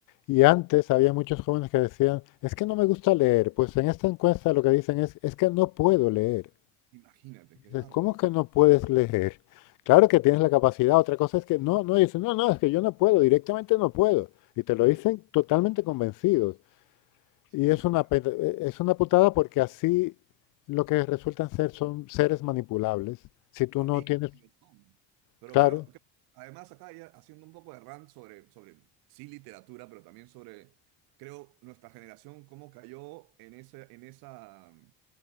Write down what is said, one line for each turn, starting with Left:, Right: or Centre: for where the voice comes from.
Left: y antes había muchos jóvenes que decían, es que no me gusta leer. Pues en esta encuesta lo que dicen es, es que no puedo leer.
Right: Imagínate, qué
Left: Dices,
Right: bárbaro.
Left: ¿cómo que no puedes leer? Claro que tienes la capacidad, otra cosa es que no, no, dicen, no, no, es que yo no puedo, directamente no puedo. Y te lo
Right: Claro,
Left: dicen totalmente convencidos.
Right: sí,
Left: Y es
Right: total.
Left: una, pe- eh, es una putada porque así lo que resultan ser son seres manipulables. Si tú
Right: Ah,
Left: no
Right: y-
Left: tienes,
Right: y no son. pero
Left: claro,
Right: creo que además acá ya haciendo un poco de rant sobre, sobre, sí, literatura, pero también sobre, creo, nuestra generación, cómo cayó en ese, en esa...